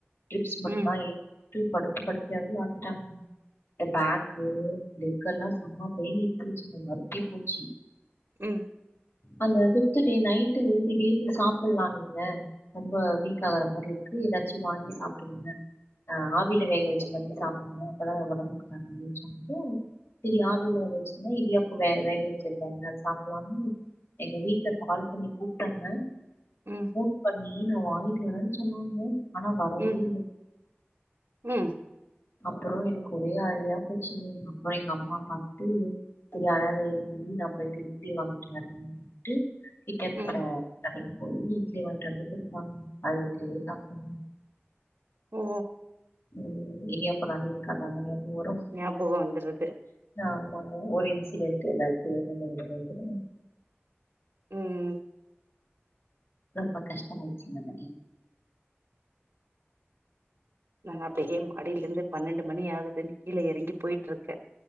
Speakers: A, on the left; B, on the right.
A: டிரிப்ஸ்
B: ம்.
A: மட்டும் தா ஏற த்து படுத்த படுக்கையாவே ஆக்கிட்டாங் இந்த பேக்கு லெக் எல்லா செம பெயின் எடுத்துருச்சுங்க மறுத்தே போச்சி
B: ம்
A: அந்த பிப்த் டே நைட்டு திடீர்ன்னு சாப்புல்லா நீங்க ரொம்ப வீக் ஆகுற மாதிரி இருக்கு ஏதாச்சி வாங்கி சாப்டுங்க ஆ ஆவில வேக வெச்சது வந்து சாப்புட்னோ அப்பதா ஒடம்புக்கு நல்லதுன் சொல்ட்டு சரி ஆவில வேக வெச்சதுன்னா இடியாப்போ வே வேக வெச்சதுதானே சாப்புலானு எங்க வீட்ல கால் பண்ணி கூப்ட்டாங்க
B: ம்.
A: போன் பண்ணி நா வாங்கிட்டு வரன் சொன்னாங்க ஆனா வர் வரவேல்ல
B: ம். ம்.
A: அப்பறோ எனக்கு ஒரே அழையா போச்சுங்க அப்பறம் எங்கம்மா பாத்துட்டு சரி அழாத இருடி நா போயிட்டு இட்லி வாங்கிட்டு வரன்னு போயிட்டு கிட்ட இருக்கற
B: ம்.
A: கடைக்கு போய் இட்லி வாங்கிட்டு வந்து குடுத்தாங்க அழுதுகிட்டே சாப்ட்டே
B: ஓ
A: ம் இடியாப்போன்னாலே எனுக் அத்தாங்க ஞாபக வரு
B: ஞாபகோ வந்துருது
A: ஆமாங்க ஒரு இன்சிடெட் ஏதாச்சு ஞாபகோ வந்துருங்க
B: ம்
A: ரொம்ப கஷ்டமாச்சு <unintelligible>
B: நாங்க அப்டியே மாடிலேந்து பன்னெண்டு மணி ஆகுதுன்னு கீழ எறங்கி போயிட்ருக்கே